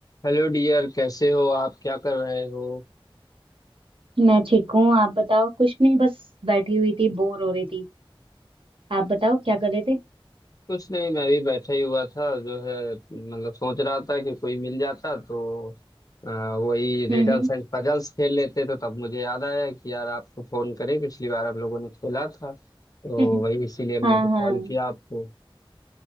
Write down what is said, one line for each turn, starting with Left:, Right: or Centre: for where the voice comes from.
Left: हेलो डियर कैसे हो आप क्या कर रहे हो
Right: मैं ठीक हूँ आप बताओ कुछ नहीं बस बैठी हुई थी बोर हो रही थी आप बताओ क्या कर रहे थे
Left: कुछ नहीं मैं भी बैठा ही हुआ था जो है मतलब सोच रहा था कि कोई मिल जाता तो अ, वही
Right: हम्म
Left: रिडल्स एंड पजल्स खेल लेते तो तब मुझे याद आया कि यार आपको फोन करे पिछली बार आप लोगों ने खेला था तो
Right: हम्म
Left: वही
Right: <laughs>
Left: इसीलिए हमने
Right: हाँ हाँ
Left: कॉल किया आपको